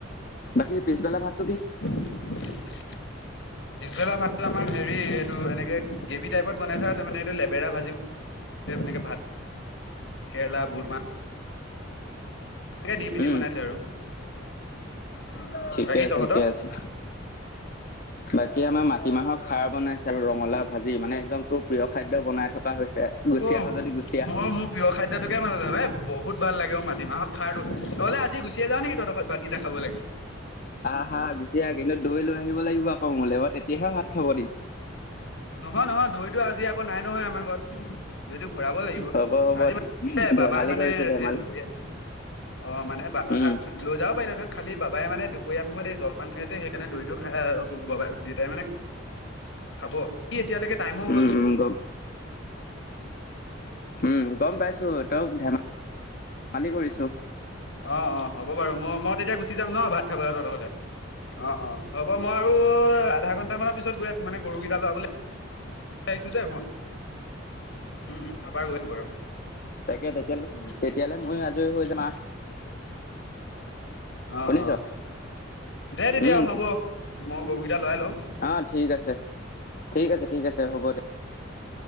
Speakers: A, on the left; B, on the left.
A: বাকী পিছবেলা ভাত
B: পিবেলা ভাতটো আমাৰ হেৰি এইটো এনেকে গ্ৰেভি টাইপত বনাই থোৱা আছে মানে এইটো লেবেৰা ভাজি এনেকে ভাত। কেৰেলা বুটমাহ। তাকে দি পিনি
A: উম
B: বনাইছো আৰু। উম উম
A: ঠিকে
B: বাকী
A: আছে
B: তহঁতৰ?
A: ঠিকে আছে। বাকী আমাৰ মাটিমাহৰ খাৰ বনাইছে আৰু ৰঙালাও ভাজি মানে একদম তোৰ প্ৰিয় খাদ্য বনাই থকা হৈছে। গুচি
B: অ অ
A: আহ যদি গুচি আহ
B: মোৰ প্ৰিয় খাদ্যটোকে মানে জান বহুত ভাল লাগে অ মা তিমাহৰ খাৰ টো নহলে আজিয়েই গুচি যাওঁ নেকি তত ঘৰত ভাত কেইটা খাবলেকে।
A: আহ আহা গুচি আহ কিন্তু দৈ লৈ আহিব লাগিব আকৌ মোলে ব তেতিয়াহে ভাত খাব দিম।
B: নহয় নহয় দৈতো আজি আকৌ নাই নহয় আমাৰ ঘৰত। এইটো ভৰাব লাগিব
A: হ'ব হ'ব
B: আজি মান বাবাই
A: ধেমালি
B: মানে
A: কৰিছো ধেমালি
B: এই দুপৰীয়া অ মানে বা
A: উম
B: লৈ যাব পাৰিলেঁতেন খালি বাবাই মানে দুপৰীয়া সময়ত এই জলপান খাই যে সেইকাৰণে দৈতটো খাই বাই দেটাই মানে খাব কি এতিয়ালৈকে টাইমো হ'ল
A: উম
B: যে।
A: উম গম উম গম পাইছো। তেওঁক ধেমি ধেমালি কৰিছোঁ।
B: অঁ অঁ হ'ব বাৰু মই মই তেতিয়া গুচি যাম ন ভাত খাবলৈ তহতৰ ঘৰতে। অ অ হ'ব মই আৰু আধা ঘন্টা মানৰ পিছত গৈ আছো মানে গৰুকেই লাবলৈ আহিছোঁ যে মই। উম তাপা গৈছো বাৰু
A: তাকে তেতিয়ালে
B: উম
A: তেতিয়ালে
B: ঠিকে আছে
A: ময়ো আজৰি
B: ঠিকে।
A: হৈ যাম আহ
B: অ
A: শুনিছ
B: অ। দে তেতিয়া
A: উম
B: হ'ব মই গৰুকেইটা লৰাই লওঁ।
A: অ ঠিক আছে ঠিক আছে ঠিক আছে হ'ব দে।